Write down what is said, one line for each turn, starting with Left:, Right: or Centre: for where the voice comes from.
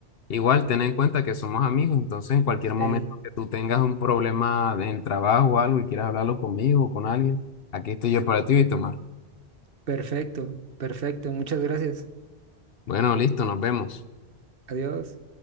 Left: Igual, ten en cuenta que somos amigos, entonces en cualquier momento
Right: Ey,
Left: que tú tengas un problema en el trabajo o algo y quieras hablarlo conmigo o con alguien, aquí estoy yo para ti, Víctor Omar.
Right: perfecto, perfecto, muchas gracias.
Left: Bueno, listo, nos vemos.
Right: Adiós.